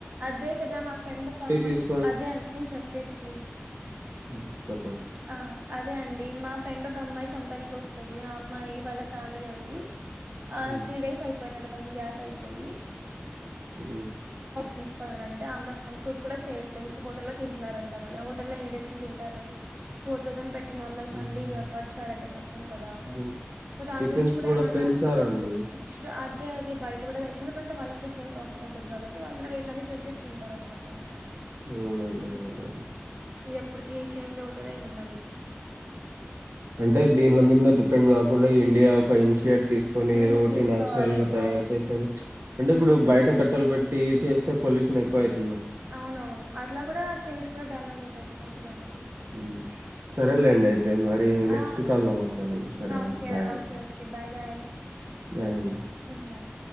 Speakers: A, on the right; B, on the right.
A: అదే కదా మా ఫ్రెండ్ ఒక అమ్మ
B: తీసుకొని
A: అదే నేను చెప్పేది ప్లీజ్
B: మ్మ్ చెప్
A: ఆ అదే అండి మా ఫ్రెండ్ ఒక అమ్మాయి కంపెనీకి వస్తుంది ఆ అమ్మాయి వాళ్ళ ఫ్యామిలీ ఉంది ఆ
B: హ్మ్.
A: త్రీ డేస్ అయిపోయిందట అవున్ గ్యాస్ అయిపోయి
B: మ్మ్
A: తీసుకు అంటే ఆ అమ్మా కు కూడా చేయట్లేదు హోటల్లో తిున్నారంట వాళ్ళు హోటల్లో ఎన్ని డేస్ ఏం తింటారండి ఫోర్ థౌసండ్ పెట్ నార్మల్
B: హ్మ్.
A: ఫ్యామిలీ ఎఫ్ఫోర్డ్ చేయాలంటే కష్టం కదా
B: ఇప్పుడు
A: సో దాని
B: టిఫిన్స్
A: గురించి కూడా
B: గూడా
A: ఏమన్నా
B: పెంచారండి.
A: ఎస్ట్రా తే అది బయట కూడా ఎందుకంటే వాళ్ళ కూడా సేమ్ కాస్ట్ పండ్ <unintelligible> వాళ్ళు కూడా రేట్లని పెంచేస్తు ఉంటారనమాట ఇంకా
B: అవునండి అవునండి
A: ఎప్పటికి చేంజ్ అవ్తుందో ఏమో మరి ఇది
B: అంటే దీన్ల మీద డిపెండ్ కాకుండా ఇండియా ఒక ఇన్షియేట్ తీసుకొని
A: ఉమ్
B: ఏదో ఒకటి
A: తీసుకోవాలి
B: నేచురల్ గా తయారు
A: అవును
B: చేసేది అంటే ఇప్పుడు బయట కట్కునేది బట్టలు బట్టి చేస్తే పొల్యషన్ ఎక్కువ అయింది
A: అవున అవును అట్లా కూడా ట్రీస్ కూడా డామేజ్ అవుతాయి కదా ఇంక దానికి
B: మ్ సరేలేండి అయితే మరి
A: ఆ
B: నెక్స్ట్ కాల్లో మాట్లాడము సరే
A: ఆ!
B: అండి
A: ఓకే
B: బాయ్
A: okay
B: అండి
A: okay bye bye
B: bye అండి
A: హ్మ్. బాయ్